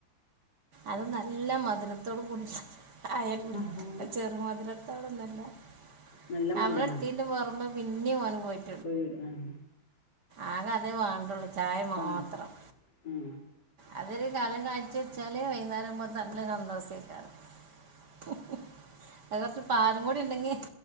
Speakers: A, on the right; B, on the left.
A: അത് നല്ല മധുരത്തോട് കൂടി ചായ കുടിക്ക
B: ആഹ്
A: ചെറു മധുര <unintelligible>
B: നല്ല
A: നമ്മളട്ത്തീന്റെ
B: മധുരം
A: പൊറമേ പിന്നീ ഓന് പോയിട്ട്
B: പോയിടും ആഹ്
A: ആകെ അത് വാണ്ടുള്ളു ചായ മാത്രം
B: ആഹ് ഉം.
A: അതൊരു കലം കാച്ചി ച്ചാല് വൈകുന്നേരംപോ നല്ല സന്തോഷേ ക്കാരം ഹ്ഹ് അത് കുറച്ച് പാലും കൂടി ഉണ്ടെങ്കി